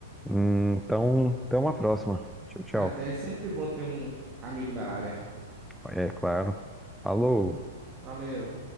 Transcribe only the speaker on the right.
Até é sempre bom ter um amigo da área.
Valeu.